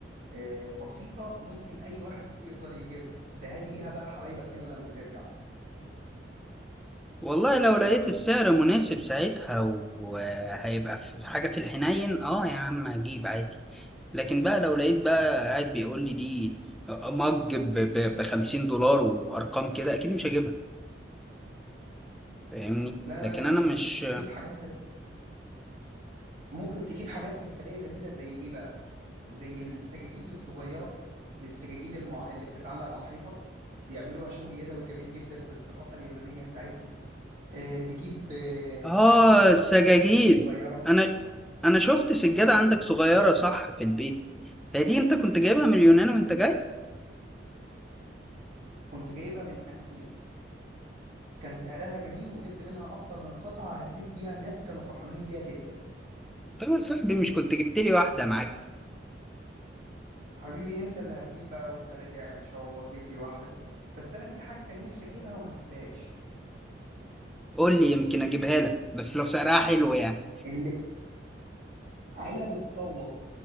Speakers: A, on the right; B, in the centre.
A: آه، بسيطة ممكن أي واحد يقدر يجيبها تهادي بيها بقى حبايبك هنا لما ترجع
B: والله لو لقيت السعر مناسب ساعتها وهيبقى في حاجة في الحنين اه يا عم اجيب عادي لكن بقى لو لقيت بقى قاعد بيقول لي دي مج ب 50 دولار وبأرقام كده اكيد مش هجيبها فاهمني
A: لا لا
B: لكن
A: لا
B: انا
A: أنت ممكن
B: مش
A: تجيب حاجات ممكن تجيب حاجات تذكارية جميلة زي إيه بقى زي السجاجيد الصغيرة السجاجيد المع... اللي بتتعلق على الحيطة بيعملوها شغل يدوي جميل جدا بالثقافة اليونانية بتاعتهم آه، تجيب آه،
B: اه
A: علب الزيت
B: السجاجيد
A: الزيتون الصغيرة
B: انا انا شفت سجادة عندك صغيرة صح في البيت هي دي انت كنت جايبها من اليونان وانت جاي
A: كنت جايبها من أسينا كان سعرها جميل وجبت منها أكتر من قطعة هديت بيها الناس كانوا فرحانين بيها جدا
B: طب يا صاحبي مش كنت جبت لي واحدة معاك
A: حبيبي أنت اللي هتجيب بقى وأنت راجع إن شاء الله تجيب لي واحدة بس أنا في حاجة كان نفسي أجيبها وما جبتهاش
B: قول لي يمكن اجيبها لك بس لو سعرها حلو يعني
A: ال- علب الطاولة